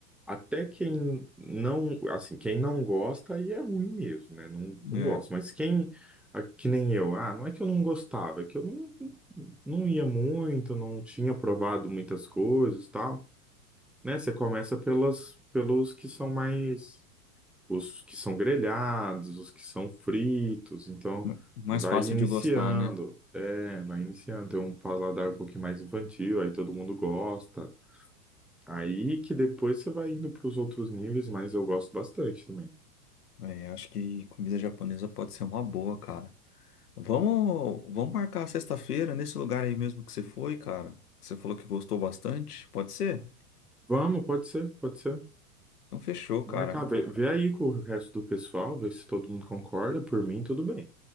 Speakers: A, in the centre; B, on the left.
A: até quem não, assim, quem não gosta aí é ruim mesmo, né? Não, não
B: É,
A: gosta. Mas quem, ah, que nem eu, ah, não é que eu não gostava, é que eu não, não ia muito, não tinha provado muitas coisas, e tal, né? Você começa pelas, pelos que são mais, os que são grelhados, os que são fritos, então
B: m- mais
A: vai
B: fácil
A: iniciando,
B: de gostar, né?
A: é, vai iniciando, tem um paladar um pouquinho mais infantil, aí todo mundo gosta. Aí que depois você vai indo para os outros níveis, mas eu gosto bastante também.
B: É, acho que comida japonesa pode ser uma boa, cara. Vamos, vamos marcar sexta-feira nesse lugar aí mesmo que você foi, cara. Você falou que gostou bastante, pode ser?
A: Vamos, pode ser, pode ser.
B: Então fechou,
A: Vou
B: cara.
A: marcar, vê, vê aí com o resto do pessoal, vê se todo mundo concorda. Por mim, tudo bem.